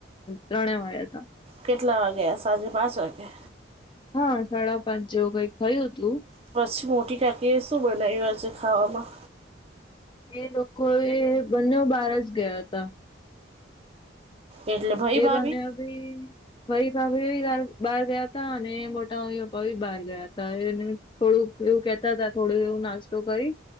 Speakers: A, on the left; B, on the right.
A: ત્રણેવ આયા હતા.
B: કેટલા વાગે સાંજે પાંચ વાગે
A: હા સાડા પાંચ જેવું કઈક થયું હતું.
B: પછી મોટી કાકીએ શું બનાવ્યુ આજે ખાવામાં
A: એ લોકો એ બંને બહાર જ ગયા હતા.
B: એટલે ભાઈ
A: એ
B: ભાભી
A: બને ભી ભઈ ભાભી બહાર ગયા હતા અને મોટા મમ્મી પપ્પા બી બહાર ગયા હતા એને થોડું એવું કેહેતા હતા થોડું એવું નાસ્તો કરી.